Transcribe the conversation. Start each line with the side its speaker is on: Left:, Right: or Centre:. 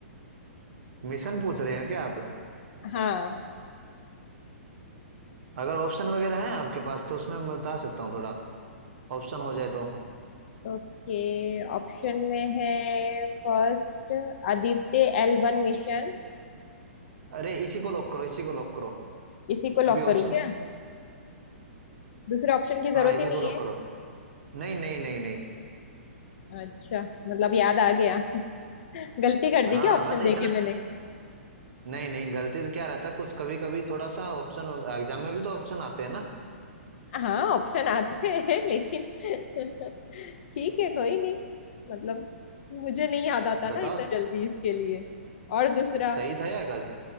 Right: मिशन पूछ रहे हो क्या आप
Left: हाँ
Right: अगर ऑप्शन वगैरह हैं आपके पास तो उसमें मैं बता सकता हूँ थोड़ा ऑप्शन हो जाए तो
Left: ओके ऑप्शन में है first Aditya L one mission
Right: अरे इसी को लॉक करो इसी को लॉक करो
Left: इसी को लॉक
Right: अभी
Left: करूँ
Right: ऑप्शन
Left: क्या दूसरे ऑप्शन की
Right: हाँ
Left: जरूरत
Right: इसी
Left: ही नहीं
Right: को लॉक
Left: है
Right: करो नहीं नहीं नहीं नहीं
Left: अच्छा मतलब याद आ गया गलती कर
Right: हाँ
Left: दी क्या ऑप्शन
Right: बस इतना
Left: देके मैंने
Right: नहीं नहीं गलती से क्या रहता है कुछ कभी कभी थोड़ा सा ऑप्शन एग्जाम में भी तो ऑप्शन आते हैं ना
Left: हाँ ऑप्शन आते हैं लेकिन <laughs> ठीक है कोई नहीं मतलब मुझे नहीं याद आता ना
Right: बताओ
Left: इतना
Right: स-
Left: जल्दी इसके लिए और दूसरा
Right: सही था या गलत